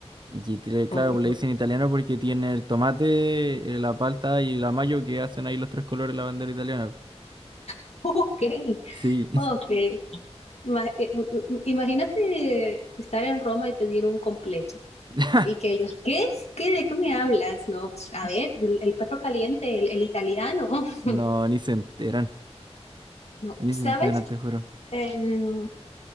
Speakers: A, on the right; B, on the left.
A: Y que tiene-
B: ok.
A: claro, le dicen italiano porque tiene el tomate, eh, la palta y la mayo que hacen ahí los tres colores de la bandera italiana.
B: <laughs> Ok,
A: Sí.
B: ok. Ma- eh, m- m- Imagínate estar en Roma y pedir un completo.
A: <laughs>
B: Y que ellos, ¿qué? ¿Qué? ¿De qué me hablas? No, pues, a ver, el, el perro caliente, el, el italiano. <laughs>
A: No, ni se enteran,
B: No,
A: ni
B: ¿sabes?
A: se enteran, te juro.
B: Em,